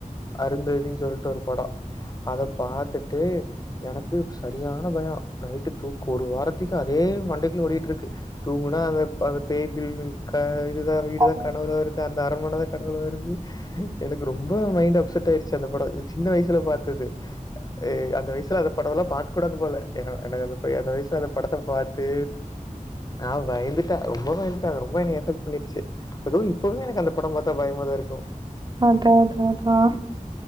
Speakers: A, on the left (about 30°); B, on the right (about 30°).
A: அருந்தததின்னு சொல்லிட்டு ஒரு படம் அத பாத்துட்டு எனக்கு சரியான பயம் நைட்டு தூக்கு ஒரு வாரத்துக்கு அதே மண்டைக்குல ஓடிகிட்டு இருக்கு தூங்குனா அந்த அந்த பே பில் கா <unintelligible> வீடு
B: அது
A: தான் கனவுல வருது அந்த அரண்மன தான் கனவுல வருது எனக்கு ரொம்ப மைண்ட் அப்செட் ஆயிருச்சு அந்த பட சின்ன வயசுல பாத்தது அஹ் அந்த வயசுல அத படம்லா பாக்க கூடாது போல ஏனா அண்ணா எனக்கு அந்த வயசுல அந்த படத்த பாத்து ஆஹ் பயந்துட்டா ரொம்ப பயந்து ட்டா ரொம்ப மனகசப் வந்துருச்சு அது இப்பவு எனக்கு அந்த பட பாத்தா பயமா வரு இருக்கோ
B: அதா அதா அதா